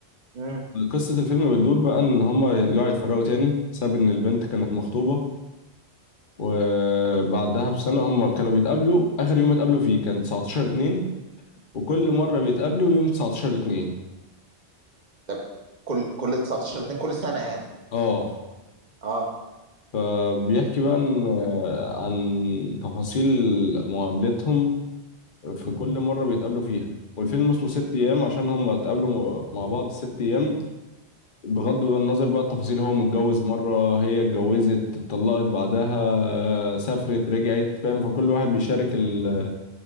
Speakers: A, on the right; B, on the left.
A: امم
B: قصة الفيلم بتدور بقى إن هما يرجعوا يتفرقوا تاني بسبب إن البنت كانت مخطوبة وبعدها بسنة هما كانوا بيتقابلوا آخر يوم اتقابلوا فيه كان 19 2 وكل مرة بيتقابلوا يوم 19 2
A: طب كل كل 19 2 كل سنه يعني
B: اه
A: اه
B: فبيحكي بقى إن آه، عن تفاصيل مقابلتهم في كل مرة بيتقابلوا فيها والفيلم اسمه ست أيام عشان هما اتقابلوا مع بعض ست أيام بغض النظر بقى التفاصيل هو متجوز مرة هي اتجوزت اتطلقت بعدها سافرت رجعت فاهم فكل واحد بيشارك ال...